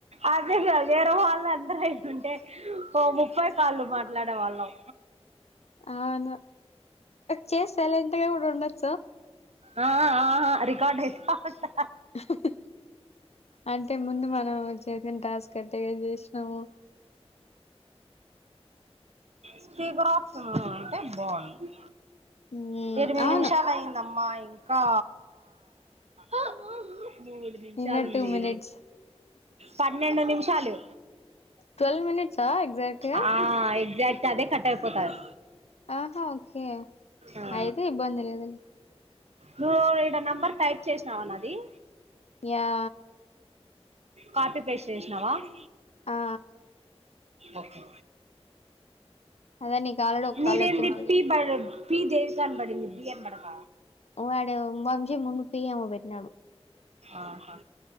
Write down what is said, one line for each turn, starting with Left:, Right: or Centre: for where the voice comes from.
Right: అదేగ ఏరెవాళ్ అందర అయి ఉంటే ఓ ముప్పై కాళ్ళు మాట్లాడే వాళ్ళం
Left: అవునా చేసాలంతగా కూడా ఉండొచ్చా
Right: ఆ ఆ రికార్డ్ అయిత ట్
Left: హ్ హ్ అంటే ముందు మనం చేసిన టాస్క్ అట్టేగా చేసి నము
Right: స్పీకర్ ఆప్స్ ఉన్నా అంటే బాగుంది
Left: మ్మ్
Right: ఎనిమిది
Left: అవును
Right: నిమిషాలు అయ్యింది అమ్మా ఇ ఆ ఆ మూడు నిమిషాలుంది
Left: ఇంకా టూ మినిట్స్
Right: పన్నెండు నిమిషాలు
Left: ట్వెల్వ్ మినిట్సా ఎగ్జాక్ట్ గా
Right: ఆ ఎగ్జాక్ట్ అదే కట్ట్ అయిపోతాది.
Left: ఆహా ఓకే
Right: ఆ
Left: అయితే ఇబ్బంది లేదులే
Right: నువ్వు ఈడ నెంబర్ టైప్ చేసినవా నాది ఆ
Left: యా
Right: కాఫీ పేస్ట్ చేసినావా <inaudible>
Left: ఆ
Right: ఓకే
Left: అదే నీకు ఆల్రెడీ ఒక
Right: మీరేం
Left: కాల్ వచ్చింటది
Right: చెప్పి బరు పి దేవిక అనబడింది బి అనబడక
Left: వడోమో మంజీ ముంగు పియ్యమో పెట్టినాడు
Right: ఆహా